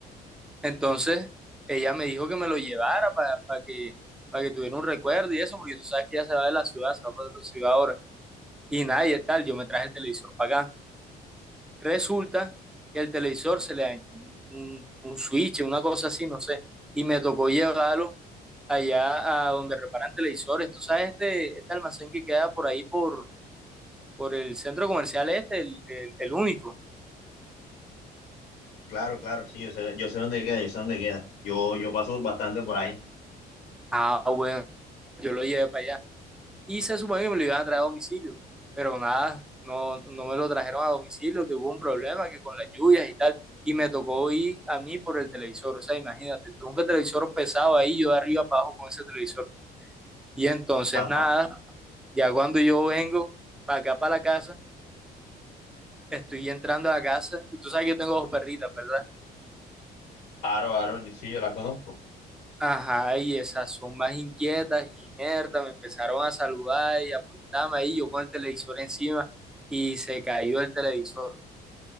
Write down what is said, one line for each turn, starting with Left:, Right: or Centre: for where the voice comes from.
Centre: entonces ella me dijo que me lo llevara para que, para que tuviera un recuerdo y eso, porque tú sabes que ella se va de la ciudad, se va para otra ciudad ahora. Y nada, y tal, yo me traje el televisor para acá. Resulta que el televisor se le dañó un, un un switch, una cosa así, no sé. Y me tocó llevarlo allá a donde reparan televisores. Tú sabes este, este almacén que queda por ahí por, por el centro comercial este, el, el- el único.
Left: claro, claro, sí, yo sé, yo sé dónde queda, yo sé dónde queda. Yo, yo paso bastante por ahí.
Centre: Ah, bueno, yo lo llevé para allá. Y se supone que me lo iban a traer a domicilio. Pero nada, no, no me lo trajeron a domicilio, que hubo un problema, que con las lluvias y tal. Y me tocó ir a mí por el televisor. O sea, imagínate, tronco el televisor pesado ahí, yo de arriba para abajo con ese televisor. Y entonces
Left: Ajá.
Centre: nada, ya cuando yo vengo para acá, para la casa, estoy entrando a la casa y tú sabes que yo tengo dos perritas, ¿verdad?
Left: Aro, Aro, sí, yo la conozco.
Centre: Ajá, y esas son más inquietas y inertas, me empezaron a saludar y a molestarme ahí, yo con el televisor encima y se cayó el televisor.